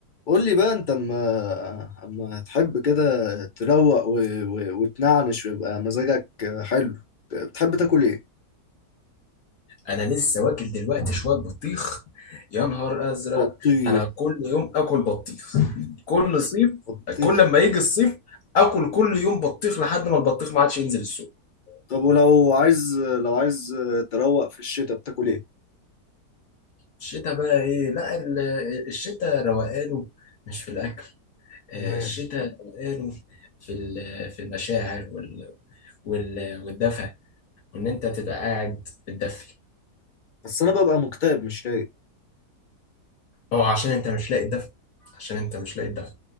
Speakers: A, on the left (about 80°); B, on the left (about 60°).
A: قول لي بقى انت اما اما تحب كده تروق و... و... وتنعنش ويبقى مزاجك حلو بتحب تاكل ايه
B: انا لسه واكل دلوقتي شويه بطيخ يا نهار ازرق
A: بطيخ
B: انا كل يوم اكل بطيخ كل صيف
A: بطيخ
B: كل لما يجي الصيف اكل كل يوم بطيخ لحد ما البطيخ ما عادش ينزل السوق
A: طب ولو عايز لو عايز تروق في الشتاء بتاكل ايه
B: الشتاء بقى ايه لا ال- الشتاء روقانه مش في الاكل آه،
A: مال
B: الشتاء روقانه في ال- في المشاعر وال وال- والدفى وان انت تبقى قاعد بتدفي
A: بس انا ببقى مكتئب مش رايق
B: هو عشان انت مش لاقي الدفى عشان انت مش لاقي الدفى